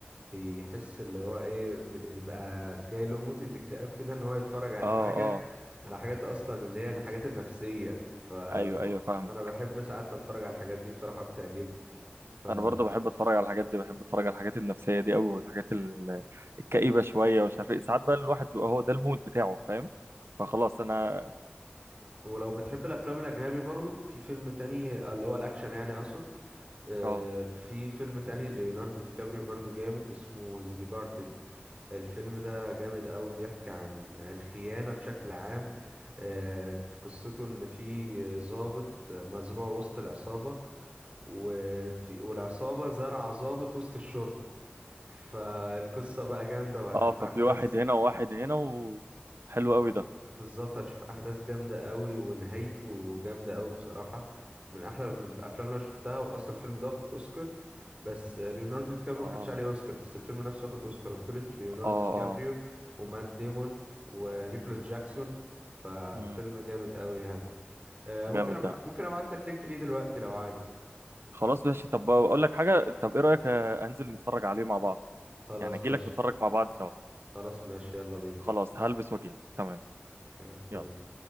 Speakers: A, on the right; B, on the right.
A: بيحس اللي هو ايه بيبقى جاي له موت الاكتئاب كده ان هو يتفرج عن
B: اه
A: حاجه
B: اه
A: على حاجات اصلا اللي هي الحاجات النفسيه فانا
B: ايوه ايوه فاهم
A: بحب ساعات اتفرج على الحاجات دي بصراحه بتعجبني ف
B: انا برضه بحب اتفرج على الحاجات دي بحب اتفرج على الحاجات النفسيه دي قوي والحاجات ال- الكئيبه شويه ومش عارف ايه ساعات بقى الواحد بيبقى هو ده المود بتاعه فاهم فخلاص انا
A: ولو بتحب الافلام الاجنبي برضو في فيلم تاني آه، اللي هو الاكشن يعني اقصد آه،
B: اه
A: في فيلم تاني ليوناردو دي كابريو برضو جامد اسمه ذا ديبارتد الفيلم ده جامد قوي بيحكي عن الخيانة بشكل عام آه، في قصته ان في ضابط مزروع وسط العصابة وفي والعصابة زرع ضابط وسط الشرطة فالقصة بقى جامدة وهتشوف
B: اه
A: أحداث
B: ففي واحد هنا وواحد هنا وحلو
A: ب-
B: قوي ده
A: بالظبط هتشوف احداث جامده قوي ونهايته جامده قوي بصراحه من احلى من الافلام اللي انا شفتها واصلا الفيلم ده واخد اوسكار بس ليوناردو دي كابريو
B: اه
A: خدش عليه اوسكار بس الفيلم نفسه واخد اوسكار وبطوله ليوناردو
B: اه اه
A: دي كابريو ومات ديمون ونيكولاس جاكسون فالفيلم
B: امم
A: جامد قوي يعني آه، ممكن
B: جامد
A: أبع...
B: ده
A: ممكن ابعت لك لينك ليه دلوقتي لو عايز
B: خلاص ماشي طب اقول لك حاجه طب ايه رايك آه، انزل نتفرج عليه مع بعض
A: خلاص
B: يعني اجي
A: ماشي
B: لك نتفرج مع بعض سوا
A: خلاص ماشي يلا بينا
B: خلاص هلبس واجي لك تمام
A: يلا تمام
B: يلا